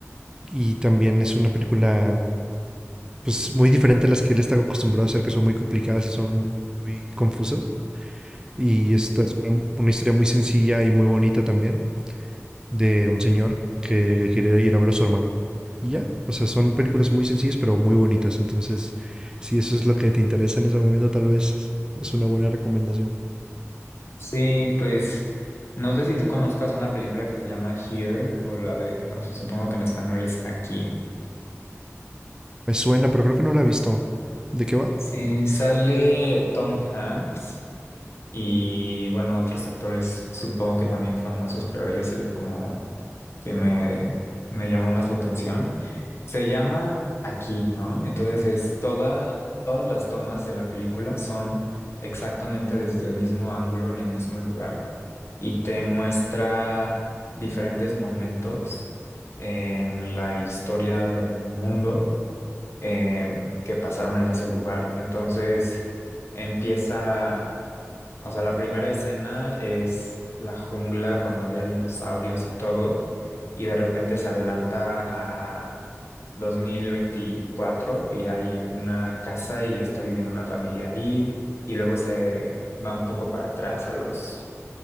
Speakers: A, on the right; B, on the left.
A: Y también es una película pues muy diferente a las que él está acostumbrado a hacer, que son muy complicadas y son muy confusas. Y esta es una, una historia muy sencilla y muy bonita también de un señor que quiere ir a ver a su hermano. Y ya, o sea, son películas muy sencillas pero muy bonitas. Entonces, si eso es lo que te interesa en ese momento, tal vez es es una buena recomendación.
B: Sí, pues no sé si tú conozcas una película que se llama Here o la de, no, supongo que en español es Aquí.
A: Me suena, pero creo que no la he visto. ¿De qué va?
B: Sí, sale Tom Hanks y bueno, otros actores supongo que también famosos, pero él es el como que me, me llamó más la atención. Se llama Aquí, ¿no? Y Entonces es toda, todas las tomas de la película son exactamente desde el mismo ángulo, en el mismo lugar, y te muestra diferentes momentos en la historia del mundo em, que pasaron en ese lugar. Entonces empieza o sea, la primera escena es la jungla cuando había dinosaurios y todo, y de repente se adelanta a 2024 y hay una casa y está viviendo una familia ahí, y luego se va un poco para atrás a los